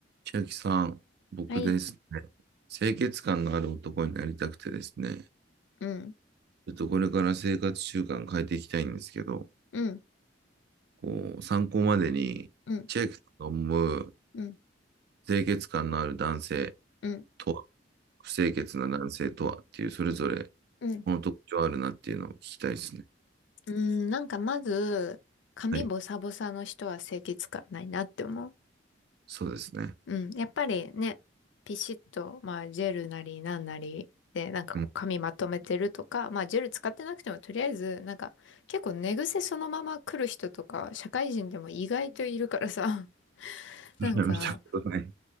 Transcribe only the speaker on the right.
千秋さん、僕ですね、
清潔感のある男になりたくてですね、
ちょっとこれから生活習慣変えていきたいんですけど、
こう、参考までに、
千秋さんが思う
清潔感のある男性
とは、不清潔な男性とはっていう、それぞれ、
この特徴あるなっていうのを聞きたいですね。
はい。そうですね。
うん。
いや見たことない。